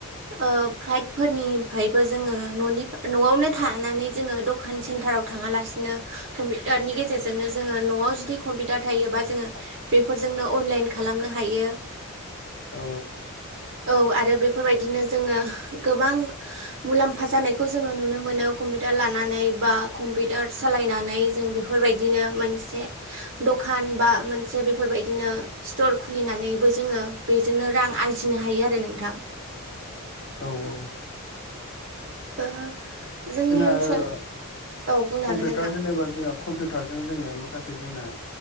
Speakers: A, on the right; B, on the left.
A: ओ फाइटफोरनिफ्रायबो जोङो न'नि न'आवनो थानानै जोङो दखान सेन्टाराव थाङालासिनो कम्पिउटारनि गेजेरजोंनो जोङो न'आव नआव जुदि कम्पुटार थायोब्ला जोङो बेफोरजोंनो अनलाइन खालेमनो हायो।
B: औ
A: <unintelligible> औ आरो बेफोरबायदिनो जोङो गोबां मुलाम्फा जानायखौ जोङो नुनो मोनो कम्पिउटार लानानै बा कम्पिउटार सालायनानै जों बेफोरबायदिनो मोनसे द' खान बा मोनसे बेफोरबायदिनो स्तर खुलिननैबो जोङो बे जोंनो रां आरजिनो हायो आरो नोंथां
B: औ औ
A: ओ जोंनि
B: जोंना
A: ओनसोल
B: ओ
A: औ बुंनो
B: कम्पिउटार
A: हागोन नोंथां
B: होनोबा जोंहा कम्पिउटारजों जोङो मा खासे जोंना